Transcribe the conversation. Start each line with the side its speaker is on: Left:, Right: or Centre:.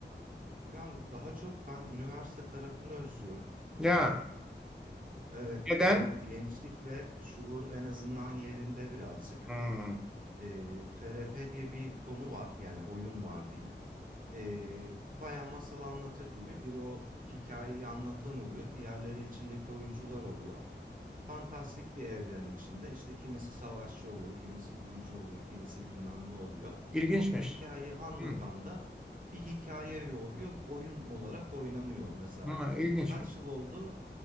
Right: Yani daha çok ben üniversite tarafını özlüyorum.
Centre: Ya
Right: Hani Evet,
Centre: neden?
Right: o gençlik ve şuur en azından yerinde birazcık.
Centre: Hmm,
Right: Ee, FRP diye bir konu var, yani oyun var diyeyim. Ee, bayan masal anlatır gibi biri o hikayeyi anlatan oluyor, diğerleri içindeki oyuncular oluyor. Fantastik bir evren içinde işte kimisi savaşçı oluyor, kimisi büyücü oluyor, kimisi bilmem ne oluyor.
Centre: ilginçmiş.
Right: O hikayeyi anlatan
Centre: Hmm,
Right: da bir hikaye yoğuruyor, oyun olarak oynanıyor. Mesela
Centre: ha, ilginçmiş.
Right: kaç yıl oldu?